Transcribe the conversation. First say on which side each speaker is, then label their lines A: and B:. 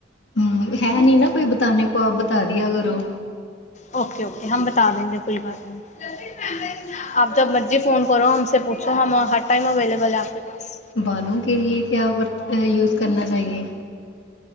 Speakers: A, on the left; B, on the left.
A: ਹਮ ਹੈ ਨੀ ਨਾ ਕੋਈ ਬਤਾਾਨੇ ਕੋ, ਆਪ ਬਤਾ ਦਆ ਕਰੋ।
B: ਓਕੇ, ਓਕੇ ਹਮ ਬਤਾ ਦੇਂਗੇ ਕੋਈ ਬਾਤ ਨਹੀਂ। ਆਪ ਜਬ ਮਰਜ਼ੀ ਫੋਨ ਕਰੋ ਹਸ ਸੇ ਪੁੂਛੋ, ਹਮ ਹਰ ਟਾਈਮ ਅਵੇਲੇਬਲ ਹੈ ਆਪ ਕੇ ਪਾਸ।
A: ਬਾਲੋਂ ਕੇ ਲਏ ਕਿਆ ਵਰਤ ਯੂਜ਼ ਕਰਨਾ ਚਾਹੀਏ।